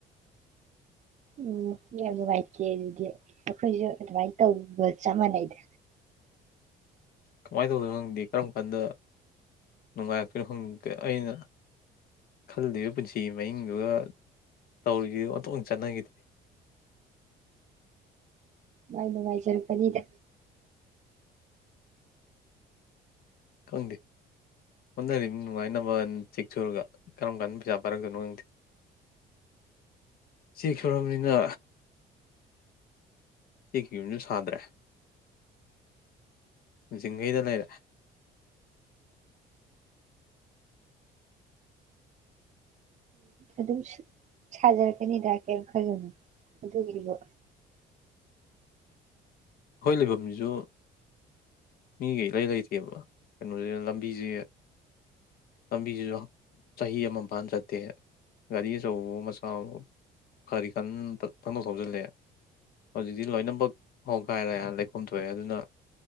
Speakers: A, on the right (about 45°); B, on the left (about 60°).
A: ꯎꯝ ꯌꯥꯝ ꯅꯨꯡꯉꯥꯏꯇꯦ ꯑꯗꯨꯗꯤ ꯑꯈꯣꯏꯖꯨ ꯑꯗꯨꯃꯥꯏꯅ ꯇꯧꯕꯒ ꯆꯞ ꯃꯥꯟꯅꯩꯗ
B: ꯀꯃꯥꯏꯅ ꯇꯧꯗꯣꯏꯅꯣ ꯈꯪꯗꯦ ꯀꯔꯝ ꯀꯥꯟꯗ ꯅꯨꯡꯉꯥꯏꯔꯛꯇꯣꯏꯅꯣ ꯈꯪꯗꯦ ꯑꯩꯅ ꯈꯜꯂꯤꯕ ꯄꯨꯟꯁꯤꯒꯤ ꯃꯤꯡꯗꯨꯒ ꯇꯧꯔꯤꯖꯤꯒ ꯑꯣꯟꯊꯣꯛꯅꯥ ꯆꯥꯅꯒꯤꯗꯔ꯭ꯦ
A: ꯃꯥꯏ ꯅꯨꯡꯉꯥꯏꯖꯔꯛꯀꯅꯤꯗ
B: ꯈꯪꯗꯦ ꯍꯣꯠꯅꯔꯤꯅꯤ ꯅꯨꯡꯉꯥꯏꯅꯕ ꯆꯦꯛ ꯆꯨꯔꯒ ꯀꯔꯝ ꯀꯥꯟꯗ ꯄꯩꯁꯥ ꯄꯥꯏꯔꯛꯀꯣꯏꯅꯣ ꯈꯪꯗꯦ ꯆꯦꯛ ꯁꯨꯔꯝꯅꯤꯅ ꯆꯦꯛꯀꯤ ꯌꯨꯝꯖꯨ ꯁꯥꯗ꯭ꯔꯦꯖꯤꯡꯒꯩꯗ ꯂꯩꯔꯦ
A: ꯑꯗꯨꯝ ꯁꯖꯔꯛꯀꯅꯤꯗ ꯀꯩꯝ ꯈꯜꯂꯨꯅꯨ ꯑꯗꯨꯒꯤ ꯕꯣ
B: ꯈꯣꯏ ꯂꯩꯕꯝꯖꯤꯖꯨ ꯃꯤꯒ ꯏꯂꯩ ꯂꯩꯇꯦꯕ ꯀꯩꯅꯣꯖꯦ ꯂꯝꯕꯤꯖꯦ ꯂꯝꯕꯤꯖꯤꯖꯨ ꯆꯍꯤ ꯑꯃ ꯐꯥꯅ ꯆꯠꯇꯦ ꯒꯥꯔꯤ ꯑꯆꯧꯕꯍꯣ ꯃꯆꯥ ꯍꯣ ꯐꯔꯤ ꯀꯟ ꯄꯪꯊꯧ ꯊꯧꯖꯤꯜꯂꯛꯑꯦ ꯍꯧꯖꯤꯛꯇꯤ ꯂꯣꯏꯅꯕꯛ ꯀꯥꯏ ꯂ ꯂꯩꯈꯣꯝ ꯊꯣꯛꯑꯦ ꯑꯗꯨꯅ